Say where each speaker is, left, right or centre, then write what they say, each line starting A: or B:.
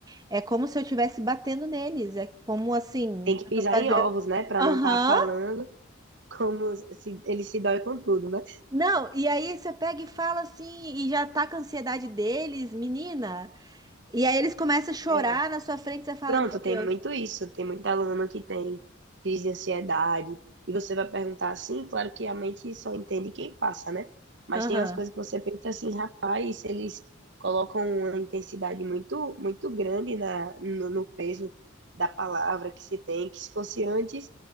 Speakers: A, on the right; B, on the right.
A: É como se eu estivesse batendo neles. É como assim,
B: Tem que
A: eu
B: pisar
A: tô fazendo.
B: em ovos, né? Pra
A: Aham.
B: não estar falando como se, ele se dói com tudo, né?
A: Não, e aí você pega e fala assim, e já tá com a ansiedade deles, menina. E aí eles começam a chorar
B: É,
A: na sua frente, você fala,
B: Pronto,
A: meu Deus.
B: tem muito isso. Tem muita aluna que tem crise de ansiedade. E você vai perguntar assim, claro que a mente só entende quem passa, né? Mas
A: Aham,
B: tem umas coisas que você pensa assim, rapaz, eles colocam uma intensidade muito, muito grande na, no, no peso da palavra que se tem, que se fosse antes,